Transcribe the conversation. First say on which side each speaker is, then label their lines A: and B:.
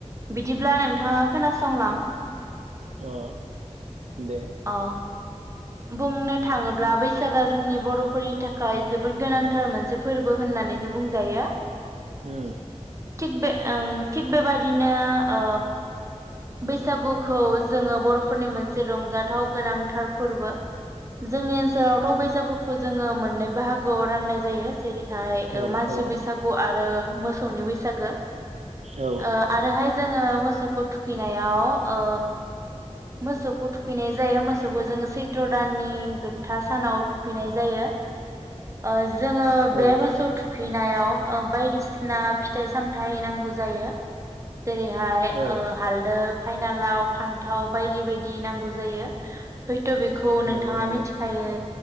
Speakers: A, on the right; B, on the right.
A: बिदिब्ला नोंथाङा खोनासंलां
B: अ दे
A: अ बुंनो थाङोब्ला बैसागुआ जोंनि बरफोरनि थाखाय जोबोद गोनांथार मोनसे फोरबो होननानैनो बुंजायो
B: ओम
A: थिक बे ओ थिग बेबादिनो ओ बैसागुखौ जोङो बरफोरनि मोनसे रंजाथाव गोनांथार फोरबो जोंनि ओनसोलावथ बैसागुखौ जोङो मोननै बाहागोआव राननाय जायो जेरै
B: औ
A: मानसि
B: औ
A: बैसागु आरो आरो मोसौनि बैसागो
B: औ
A: ओ आरोहाय जों जोङो मोसौखौ थुखैनायाव ओ मोसौखौ थुखैनाय जायो मोसौखौ जोङो सैथ्र दाननि जोबथा सानाव थुखैनाय जायो ओ जोङो बे
B: औ
A: मोसौ
B: औ
A: थुखैनायाव ओ बायदिसिना फिथाइ सामथाय नांगौ जायो जायो जेरैहाय
B: औ
A: हालदै फाइनालाव फान्थाव बायदि बायदि नांगौ जायो थ बेखौ नोंथाङा
B: नंगौ नंगौ
A: मिथिखायो